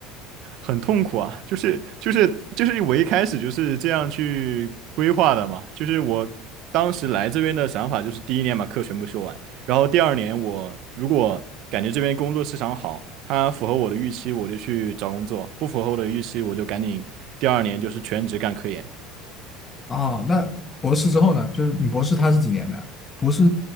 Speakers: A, on the right; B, on the left.
A: 很痛苦啊，就是就是就是我一开始就是这样去规划的嘛，就是我当时来这边的想法就是第一年把课全部修完，然后第二年我如果感觉这边工作市场好，它符合我的预期，我就去找工作；不符合我的预期，我就赶紧第二年就是全职干科研。
B: 啊，那博士之后呢？就是你博士他是几年的？博士